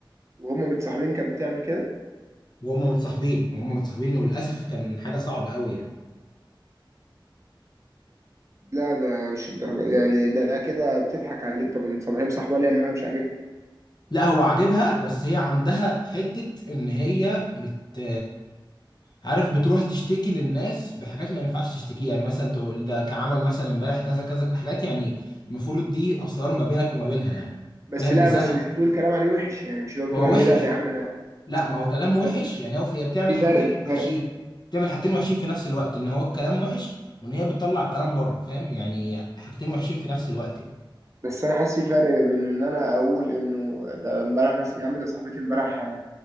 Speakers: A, on the right; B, on the left.
A: وهما متصاحبين كانت بتعمل كده
B: وهم متصاحبين هم متصاحبين وللاسف كان حاجه صعبه قوي يعني
A: لا ده مش الدرجه يعني ده كده بتضحك عليه طب ما هي مصاحبه ليه ما هي مش عاجبك
B: لا هو عاجبها بس هي عندها حته ان هي بت عارف بتروح تشتكي للناس بحاجات ما ينفعش تشتكيها يعني مثلا تقول ده كعمل مثلا امبارح كذا كذا حاجات يعني المفروض دي اسرار ما بينك وما بينها يعني
A: بس
B: فاهم
A: لا
B: لسانها
A: بس مش بتقول كلام عليه وحش يعني مش اللي هو بتقول
B: هو
A: عليه
B: وحش
A: لا ده يا عم ده
B: لا ما هو كلام
A: لا ثانيه
B: وحش يعني هو هي بتعمل
A: في
B: حاجتين
A: فرق في فرق
B: وحشين بتعمل حاجتين وحشين في نفس الوقت ان هو الكلام وحش وان هي بتطلع الكلام بره فاهم يعني حاجتين وحشين في نفس الوقت يعني.
A: بس انا حاسس في فرق بين ان انا اقول انه ده امبارح مثلا يا عم ده صاحبتي امبارح